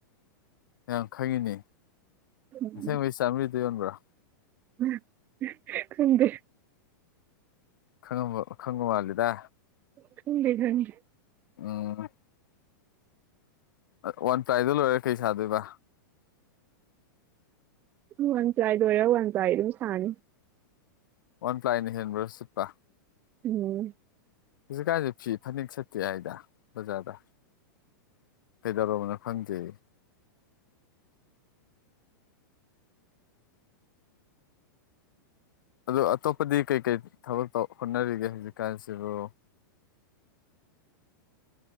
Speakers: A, on the left; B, on the right.
A: ꯌꯥꯝ ꯈꯪꯉꯤꯅꯦ꯫
B: ꯎꯝ
A: ꯑꯁꯦꯡꯕꯩ ꯆꯥꯝꯃ꯭ꯔꯤꯗ ꯌꯣꯟꯕ꯭ꯔꯣ?
B: <unintelligible> ꯈꯪꯗꯦ꯫
A: ꯈꯪꯉꯕ ꯈꯪꯕ ꯃꯥꯜꯜꯂꯤꯗ꯫
B: ꯈꯪꯗꯦ ꯈꯪꯗꯦ
A: ꯑ ꯑ ꯋꯥꯟ ꯄ꯭ꯂꯥꯢꯗꯣ ꯂꯣꯢꯔ ꯀꯩ ꯁꯥꯗꯣꯏꯕ?
B: ꯋꯥꯟ ꯄ꯭ꯂꯥꯏ ꯂꯣꯏꯔ ꯋꯥꯟ ꯄ꯭ꯂꯥꯏ ꯑꯗꯨꯝ ꯁꯥꯅꯤ꯫
A: ꯋꯥꯟ ꯄ꯭ꯂꯥꯏꯅ ꯍꯦꯟꯕ꯭ꯔꯣ ꯁꯤꯠꯄ?
B: ꯎꯝ
A: ꯍꯧꯖꯤꯛꯀꯥꯟꯁꯦ ꯐꯤ ꯐꯅꯦꯛ ꯁꯠꯇꯦ ꯍꯥꯏꯗ ꯕꯖꯥꯔꯗ꯫ ꯀꯩꯗꯧꯔꯕꯅꯣ ꯈꯪꯗꯦ꯫ ꯑꯗꯣ ꯑꯇꯣꯞꯄꯗꯤ ꯀꯩ ꯀꯩ ꯊꯕꯛ ꯇꯧ ꯍꯣꯠꯅꯔꯤꯒꯦ ꯍꯧꯖꯤꯛꯀꯥꯟꯁꯤꯕꯨ?